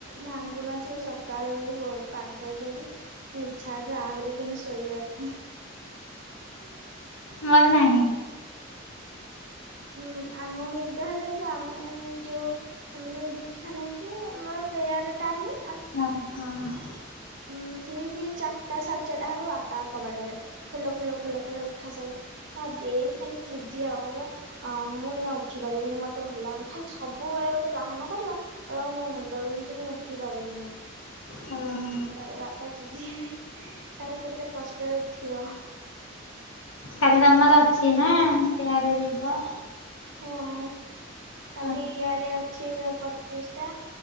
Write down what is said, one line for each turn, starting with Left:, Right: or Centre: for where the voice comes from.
Right: ଭାଙ୍ଗୁନଥିବ ସକାଳୁ ପାଗ ଯୋଗୁ ଇଚ୍ଛା ଆହୁରି। ଆହୁରି କେମିତି ଶୋଇବାକୁ।
Left: ମୋର ନାହିଁ
Right: ହୁଁ। ଆମକୁ ନିଦ ହେଇଯାଉଛି ଆମେ ଯେଉଁ ଆମେ ଯେଉଁ ଦୀକ୍ଷା ନେଇଛୁ ଆମର ପ୍ରେୟାର ଟାଇମି।
Left: ହଁ ହଁ।
Right: ଉଁ ଠି ଚାରିଟା ସାଢ଼େ ଚାରିଟା ହବ ବାପା କବାଟୋରେ ଖୋଲ ଖୋଲ ଖୋଲ ଖୋଲ। ଉଠା ସବୁ ହଁ ଦେଇ ଖାଲି। ଯିଏ କହ ମୁଁ ଏଇନା ଉଠି ପାରିବିନି ମତେ ଭଲ ଲାଗନି ଖାଲି ସବୁବେଳେ ଗୋଟେ ବାହାନା କରିବା। ହଉ ମୋ ମୁଣ୍ଡ ବୁଛି ମୁଁ ଉଠି ପାରିବିନି।
Left: ହଁୁ।
Right: ତାର ବାପା ଚିଡିବେ ତାର କେତେ କଷ୍ଟରେ ଉଠିବ।
Left: କାଲି ତମର ଅଛି ନା ସେଆଡ଼େ ଯିବ।
Right: ହଁ କାଲି
Left: ହଁ
Right: ଇଆଡେ ଅଛି। ପଚିଶ ଟା